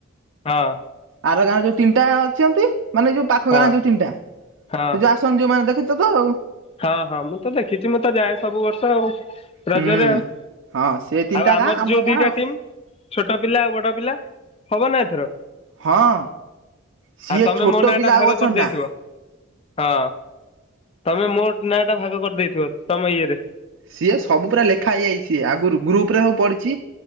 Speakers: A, on the left (about 30°); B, on the right (about 65°).
A: ହଁ।
B: ଆର ଗାଁରେ ଯୋଉ ତିନିଟା ଅଚନ୍ତି ମାନେ ଯୋଉ ପାଖ
A: ହଁ
B: ଗାଁ ଯୋଉ ତିନିଟା ଯୋଉ
A: ହଁ
B: ଆ ଆସନ୍ତି ଯୋଉ ମାନେ ଦେଖିଚତ।
A: ହଁ ହଁ ମୁଁ ତ ଦେଖିଚୁ ମୁଁ ତ ଯାଏ ସବୁ ବର୍ଷ ଆଉ। ରଜରେ
B: ହୁଁ।
A: ଆଉ
B: ହଁ ସେ ତିନିଟା
A: ଆଉ ଆମର
B: ଗାଁ ଆମ
A: ଯୋଉ
B: ଗାଁ
A: ଦିଟା
B: ଆଉ
A: ଟିମ୍। ଛୋଟ ପିଲା ଆଉ ବଡ ପିଲା ହବ ନା ଏଥର?
B: ହଁ ସିଏ
A: ଆଉ ତମେ
B: ଛୋଟ
A: ମୋ ନାଁ
B: ପିଲା
A: ଟା
B: ଆଉ
A: ଭାଗ
B: ଅଛନ୍ତି
A: କରିଦେଇଥିବ
B: ନା
A: ହଁ। ତମେ ମୋ ନାଁ ଟା ଭାଗ କରିଦେଇଥିବ ତମ ଇଏରେ।
B: ସିଏ ସବୁ ପୁରା ଲେଖା ହେଇଯାଇ ସି ଆଗରୁ ଗ୍ରୁପ ରେ ସବୁ ପଢିଛି।